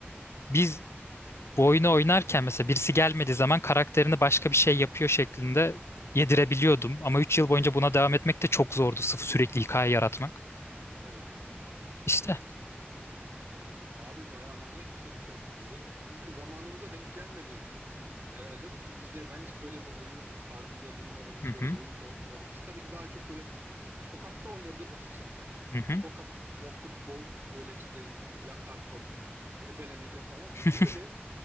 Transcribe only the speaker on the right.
Evet.
Anladım. Abi bayağı manyak bir şeymiş ya. Bizim <laughs> zamanımıza denk gelmedi. Herhalde bu. Çünkü bizde ben hiç böyle bir oyun tarzı da duymadım. Biz
böyle
bir oyun da oynamadık. Biz tabii ki daha çok böyle sokakta oynadığımız için hani so-
sokak o futbol öyle işte yakar top, ebelemece falan hiç
böyle